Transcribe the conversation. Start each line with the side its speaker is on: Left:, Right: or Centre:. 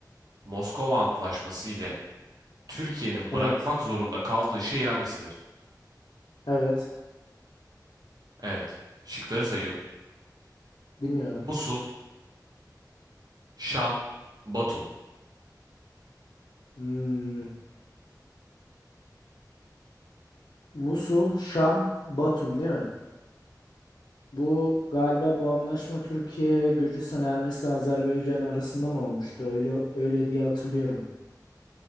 Right: Moskova Antlaşması ile Türkiye'nin
Left: Evet.
Right: bırakmak zorunda kaldığı şehir hangisidir?
Left: Evet.
Right: Evet. Şıkları sayıyorum.
Left: Dinliyorum.
Right: Musul, Şam, Batum.
Left: Hmm, Musul, Şam, Batum değil mi? Bu galiba bu anlaşma Türkiye, Gürcistan, Ermenistan, Azerbaycan arasında mı olmuştu? Öyle öyle diye hatırlıyorum.